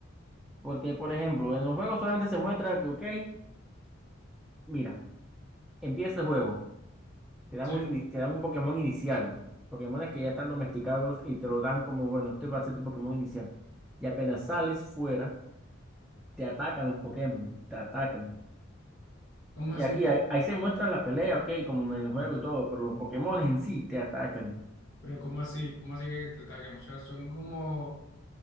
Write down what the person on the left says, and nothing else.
sí.
¿Cómo
así?
Pero ¿cómo así? ¿Cómo así que te atacan? O sea, son como,